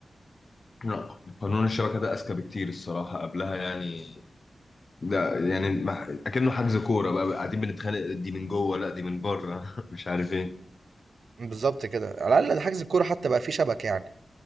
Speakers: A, on the left; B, on the right.
A: لا قانون الشبكة ده أذكى بكتير الصراحة قبلها يعني ده يعني ما- أكنه حجز كورة بقى قاعدين بنتخانق دي من جوه لا دي من بره <laughs> مش عارف ايه
B: بالظبط كده على الأقل ده حجز الكورة حتى بقى فيه شبكة يعني